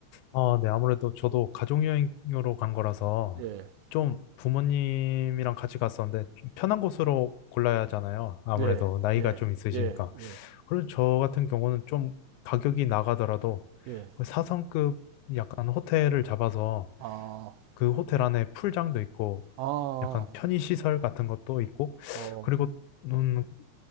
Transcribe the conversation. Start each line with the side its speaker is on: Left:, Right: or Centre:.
Left: 아, 네. 아무래도 저도 가족여행으로 간 거라서
Right: 예,
Left: 좀 부모님이랑 같이 갔었는데 좀 편한 곳으로 골라야 하잖아요. 아무래도
Right: 예,
Left: 나이가
Right: 예,
Left: 좀 있으시니까.
Right: 예, 예,
Left: 그리고 저 같은 경우는 좀 가격이 나가더라도
Right: 예.
Left: 그 사성급 약간 호텔을 잡아서
Right: 아,
Left: 그 호텔 안에 풀장도 있고
Right: 아,
Left: 약간 편의시설 같은 것도 있고,
Right: 어,
Left: 그리고, 음,